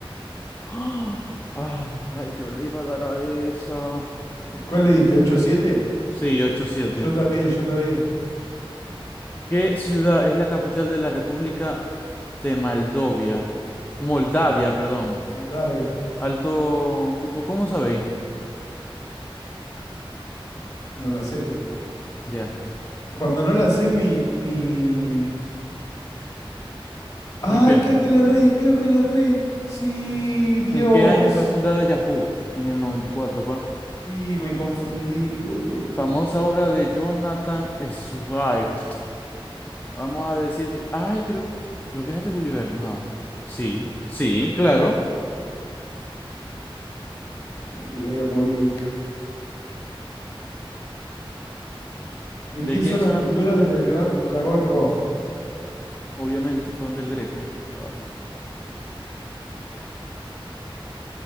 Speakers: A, on the left; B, on the left.
A: <gasps> ¡Ah! Ay, yo le iba a dar a esa.
B: ¿Cuál le diste? Ocho siete.
A: Sí, ocho siete.
B: Yo también, yo también.
A: ¿Qué ciudad es la capital de la República de Moldavia? Moldavia, perdón.
B: Moldavia.
A: Alto. ¿Y po- cómo sabéis?
B: No la sepe.
A: Ya.
B: Cuando no la sé, mi, mi... Ay,
A: ¿Y qué?
B: creo que le erré, creo que le erré. Sí, Dios.
A: ¿En qué año fue fundada Yahoo? En el 94, pa.
B: Sí, me confundí, boludo.
A: Famosa obra de Jonathan Swift. Vamos a decir que, ay, creo, que los viajes de Gulliver, no. Sí, sí, claro.
B: Le di a Bobby Dick. ¿De
A: ¿De
B: quién
A: quién
B: son las
A: son
B: pinturas
A: las pinturas
B: del
A: del
B: gran
A: dragón?
B: dragón
A: Rojo?
B: rojo?
A: Obviamente fueron del Greco. Ay.